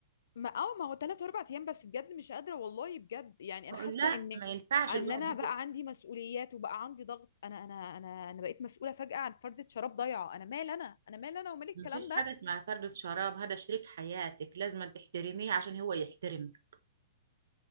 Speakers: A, on the left; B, on the right.
A: ما اه ما هو ثلاث اربع ايام بس بجد مش قادره والله بجد يعني
B: بقول
A: انا حاسه
B: لا
A: ان
B: ما ينفعش
A: ان
B: الواحد
A: انا بقى عندي مسؤوليات وبقى عندي ضغط انا انا انا انا بقيت مسؤوله فجاه عن فردة شراب ضايعه انا مال انا انا مال انا ومال الكلام
B: ما فيش
A: ده
B: حاجة اسمها فردة شراب هذا شريك حياتك لازم تحترميه عشان هو يحترمك